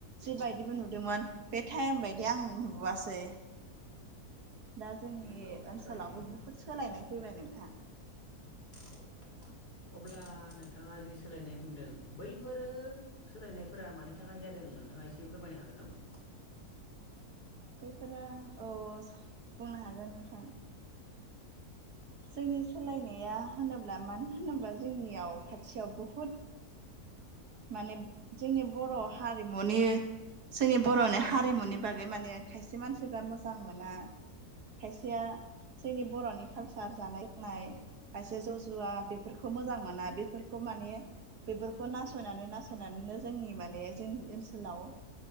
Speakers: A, on the right; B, on the left.
A: जिबायदिबो नुदोंमोन बे टाइम बायदि आं नुबोआसै दा जोंनि
B: नंगौ
A: ओनसोलावबो
B: थारैनो
A: बुहुद सोलायनाय फैबाय नोंथां
B: औ अब्ला नोंथाङा जि सोलायनाय बुंदों बैफोरो सोलायनायफोरा मानि थाखाय जादों नोंथाङा एसे फोरमायनो हागोन नामा
A: बेफोरो औ बुंनो हागोन नोंथां जोंनि सोलायनाया होनोब्ला मानो होनोब्ला जोंनियाव खाथियाव बहुद माने जोंनि बर' हारिमुनि जोंनि बर'नि हारिमुनि बागै माने खायसे मानसिफ्रा मोजां मोना खायसेया जोंनि बर'नि कालसार जानाय लोंनाय खायसे ज जुवा बेफोरखौ मोजां मोना बेफोरखौ माने बेफोरखौ नास नासयनानै नासयनानैनो जोंनि माने जोंनि ओनसोलाव